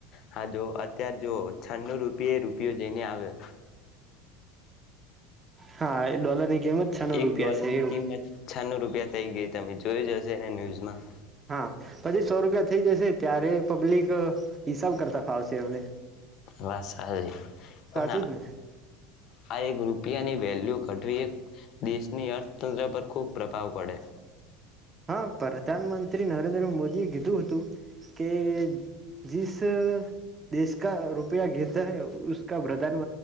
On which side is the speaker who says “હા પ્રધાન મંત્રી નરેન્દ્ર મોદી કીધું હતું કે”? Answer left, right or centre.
Right